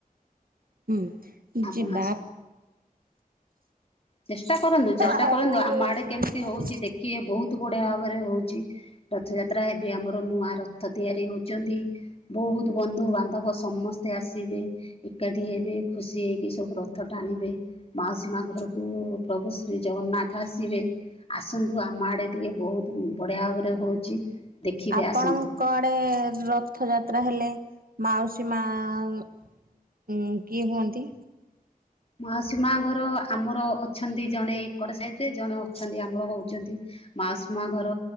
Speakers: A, on the right; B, on the left.
A: ହୁଁ,
B: ଆପଣ
A: ଯିବା।
B: ଆସନ୍ତୁ। ଚେଷ୍ଟା କରନ୍ତୁ ଚେଷ୍ଟା
A: ଆଉ
B: କରନ୍ତୁ ଆମ ଆଡ଼େ କେମିତ ହଉଛି ଦେଖିବେ ବହୁତ ବଢ଼ିଆ ଭାବରେ ହେଉଛି। ରଥଯାତ୍ରା ଏବେ ଆମର ନୂଆ ରଥ ତିଆରି ହଉଛନ୍ତି। ବହୁତ ବନ୍ଧୁବାନ୍ଧବ ସମସ୍ତେ ଆସିବେ। ଏକାଠି ହେବେ ଖୁସି ହେଇକି ସବୁ ରଥ ଟାଣିବେ ମାଉସୀ ମା ଘରକୁ ତ ପ୍ରଭୁ ଶ୍ରୀ ଜଗନ୍ନାଥ ଆସିବେ ଆସନ୍ତୁ ଆମ ଆଡ଼େ ଟିକେ ବହୁତ ବଢ଼ିଆ ଭାବରେ ହଉଛି। ଦେଖିବେ
A: ଆପଣଙ୍କ
B: ଆସନ୍ତୁ।
A: ଆଡ଼େ ରଥ ଯାତ୍ରା ହେଲେ ମାଉସୀ ମାଆଁ ହୁଁ, କିଏ ହୁଅନ୍ତି।
B: ମାଉସୀ ମା ଘର ଆମର ଅଛନ୍ତି ଜଣେ ଏକର ସାଇଡ଼ରେ ଜଣେ ଅଛନ୍ତି ଆମର ହଉଛନ୍ତି ମାଉସୀ ମା ଘର